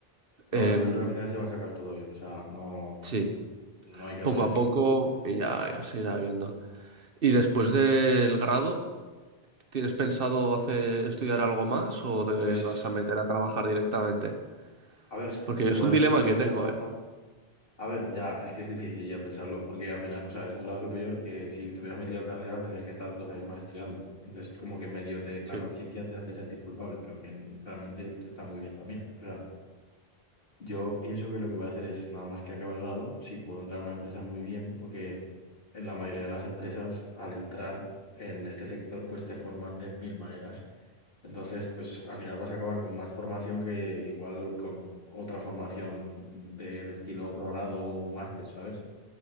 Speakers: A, on the left; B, on the right.
A: Pero
B: Em,
A: bueno, yo creo que al final se va a sacar todo bien, o sea, no,
B: sí,
A: no hay que
B: poco
A: rayarse.
B: a poco y ya, ya se irá viendo. ¿Y
A: Sí.
B: después del grado, tienes pensado hacer, estudiar algo más o te
A: Pues,
B: vas a meter a trabajar directamente?
A: a ver, s-
B: Porque
A: seguramente
B: es un dilema
A: sí que me
B: que
A: meta
B: tengo,
A: a trabajar.
B: ¿eh?
A: A ver, ya, es que es difícil yo pensarlo, porque al final, o sea, es un grado superior que si te hubieras metido a carrera tendrías que estar dos años más estudiando. Entonces, como que medio te, la
B: Sí,
A: conciencia te hace sentir culpable, pero que realmente está muy bien también. O sea, Yo pienso que lo que voy a hacer es nada más que acabe el grado, si puedo entrar a una empresa muy bien, porque en la mayoría de las empresas, al entrar en este sector, pues te forman de mil maneras. Entonces, pues al final vas a acabar con más formación que igual con otra formación del estilo otro grado o un máster, ¿sabes?